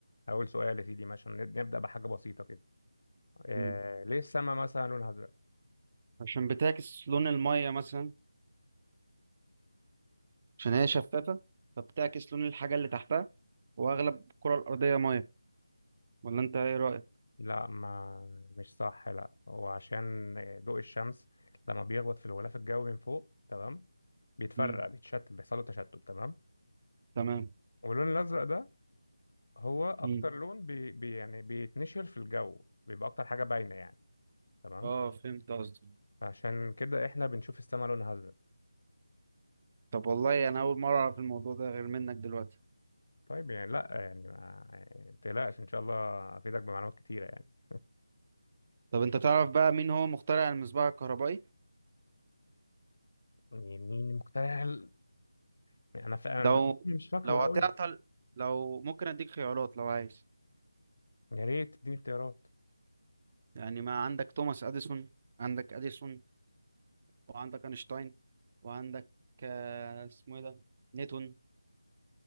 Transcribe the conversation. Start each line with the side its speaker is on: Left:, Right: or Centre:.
Left: اول سؤال يا سيدي ماشي نب- نبدا بحاجه بسيطه كده آه
Right: مم.
Left: ليه السما مثلا لونها ازرق
Right: عشان بتعكس لون المية مثلا عشان هي شفافة فبتعكس لون الحاجة اللي تحتها واغلب الكرة الأرضية مية ولا انت ايه رأيك
Left: لا ما مش صح لا هو عشان ضوء الشمس لما بيخبط في الغلاف الجوي من فوق تمام بيتفرق
Right: مم.
Left: بيتشتت بيحصل له تشتت تمام
Right: تمام
Left: واللون الازرق ده هو اكتر
Right: مم.
Left: مم. لون بي بي يعني بيتنشر في الجو بيبقى اكتر حاجه باينه يعني تمام
Right: اه فهمت قصدي
Left: عشان كده احنا بنشوف السما لونها ازرق
Right: طب والله انا اول مرة اعرف الموضوع ده غير منك دلوقتي
Left: طيب يعني لا يعني ما يعني ما تقلقش ان شاء الله افيدك بمعلومات كتيره يعني
Right: طب انت تعرف بقى مين هو مخترع المصباح الكهربائي
Left: يعني مين المخترع ال- انا ف... <laughs> انا
Right: لو
Left: الاسم مش فاكره
Right: لو
Left: قوي
Right: هتعطل لو ممكن اديك خيارات لو عايز
Left: يا ريت تديني اختيارات
Right: يعني ما عندك توماس اديسون عندك اديسون وعندك اينشتاين وعندك آه، اسمه ايه ده نيوتن